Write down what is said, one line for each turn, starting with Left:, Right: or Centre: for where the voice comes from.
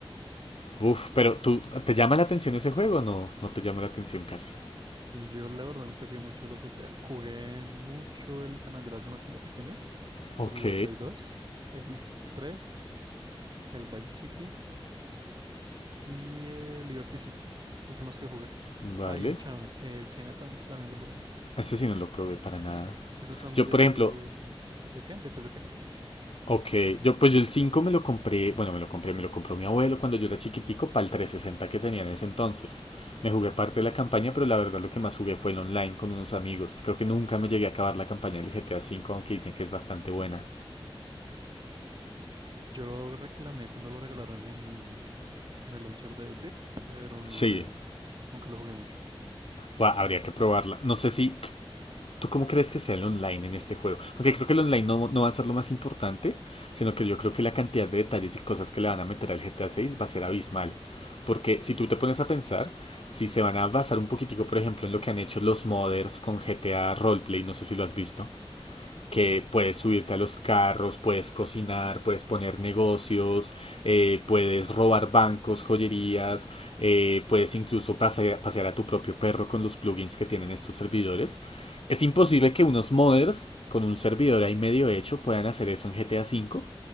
Left: Uf,
Right: sí.
Left: pero ¿tú, ¿te llama la atención ese juego? No, no te llama la atención casi.
Right: Yo la verdad nunca he sido mucho de los GTA. Jugué mucho el San Andreas cuando estaba pequeño,
Left: Ok,
Right: por la Play dos, el 3, el Vice City y el Liberty City. Esos fueron los que jugué.
Left: vale.
Right: Ah, y el China- el Chinatown también lo jugué.
Left: Este sí no lo probé para nada.
Right: Esos son
Left: Yo,
Right: de...
Left: por ejemplo,
Right: ¿De qué? De PSP.
Left: ok, yo pues yo el 5 me lo compré, bueno, me lo compré, me lo compró mi abuelo cuando yo era chiquitico para el 360 que tenía en ese entonces. Me jugué parte de la campaña, pero la verdad lo que más jugué fue el online con unos amigos. Creo que nunca me llegué a acabar la campaña del GTA V, aunque dicen que es bastante buena.
Right: Yo lo reclamé cuando lo regalaron en, en el launcher de Epic, pero no,
Left: Sí,
Right: nunca lo jugué mucho.
Left: Buah, habría que probarla. No sé si ¿Tú cómo crees que sea el online en este juego? Aunque creo que el online no, no va a ser lo más importante, sino que yo creo que la cantidad de detalles y cosas que le van a meter al GTA 6 va a ser abismal. Porque si tú te pones a pensar, si se van a basar un poquitico, por ejemplo, en lo que han hecho los modders con GTA Roleplay, no sé si lo has visto, que puedes subirte a los carros, puedes cocinar, puedes poner negocios, eh, puedes robar bancos, joyerías, eh, puedes incluso pasear, pasear a tu propio perro con los plugins que tienen estos servidores. Es imposible que unos modders con un servidor ahí medio hecho puedan hacer eso en GTA cinco